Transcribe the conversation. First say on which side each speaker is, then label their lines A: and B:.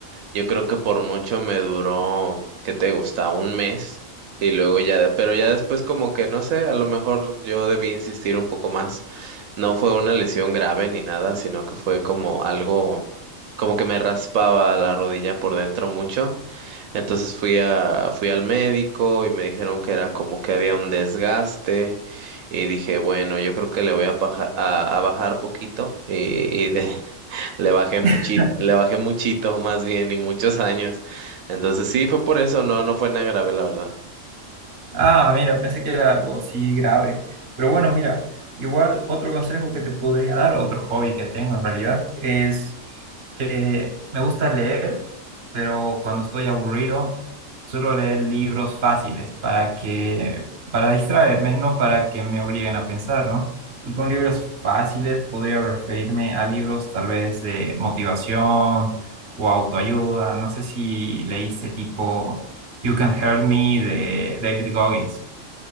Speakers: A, on the right; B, on the right.
A: yo creo que por mucho me duró, ¿qué te gusta? Un mes. Y luego ya, de- pero ya después como que no sé, a lo mejor yo debí insistir un poco más. No fue una lesión grave ni nada, sino que fue como algo, como que me raspaba la rodilla por dentro mucho. Entonces fui a, fui al médico y me dijeron que era como que había un desgaste y dije, bueno, yo creo que le voy a, paja- a, a bajar poquito y, y de, <laughs> le bajé muchito,
B: <laughs>
A: le bajé muchito más bien y muchos años. Entonces sí, fue por eso, no, no fue nada grave, la verdad.
B: Ah, mira, pensé que era algo así grave. Pero bueno, mira, igual otro consejo que te podría dar, otro hobby que tengo en realidad, es Eh, me gusta leer, pero cuando estoy aburrido, suelo leer libros fáciles para que, para distraerme, no para que me obliguen a pensar, ¿no? Y con libros fáciles podría referirme a libros tal vez de motivación o autoayuda. No sé si leíste tipo You Can Hurt Me de David Goggins.